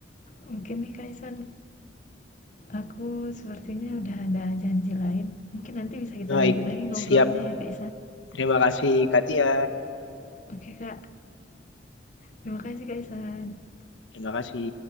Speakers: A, on the left; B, on the left.
A: Mungkin nih, Kak Islan, aku sepertinya udah ada janji lain. Mungkin nanti bisa kita
B: baik,
A: lanjut lagi ngobrolnya
B: siap.
A: ya, Kak
B: Terima kasih Katia.
A: Oke, Kak. Terima kasih, Kak
B: Terima kasih.